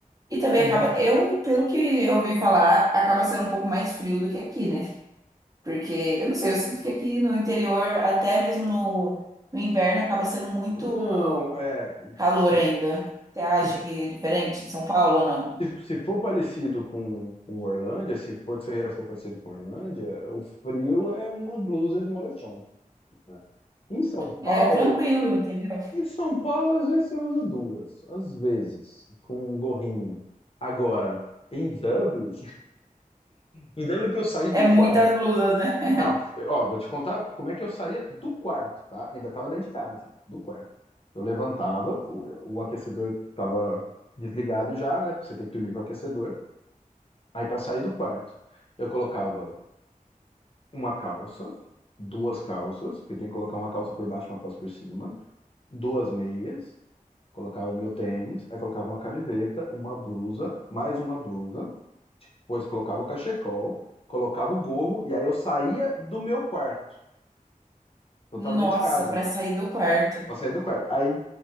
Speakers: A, on the right; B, on the left.
A: E também
B: É,
A: acaba,
B: mu-
A: eu, pelo que eu ouvi falar, acaba sendo um pouco mais frio do que aqui, né? Porque, eu não sei, eu sinto que aqui no interior, até mesmo no, no inverno, acaba sendo muito
B: não, é
A: calor
B: se,
A: ainda. Você acha
B: se,
A: que é diferente de São Paulo ou não?
B: se, se for parecido com, com Orlândia, se Porto Ferreira for parecido com Orlândia, o frio é uma blusa de moletom, né? Em São Paulo,
A: É, é tranquilo, entendeu?
B: em São Paulo, às vezes você usa duas, às vezes, com um gorrinho. Agora, em Dublin, E daí eu olhei pra eu sair
A: É
B: do quarto.
A: muitas blusas, né? <laughs>
B: Não, eu- ó, vou te contar como é que eu saía do quarto, tá? Ainda tava dentro de casa, do quarto. Eu levantava, o, o aquecedor tava desligado já, né? Porque você tem que dormir com o aquecedor. Aí pra sair do quarto, eu colocava uma calça, duas calças, porque tem que colocar uma calça por baixo, e uma calça por cima, duas meias, colocava meu tênis, aí colocava uma camiseta, uma blusa, mais uma blusa, depois colocava o cachecol, colocava o gorro, e aí eu saía do meu quarto. Eu
A: Nossa,
B: tava dentro de casa
A: para
B: ainda,
A: sair do quarto.
B: pra sair do quarto. Aí,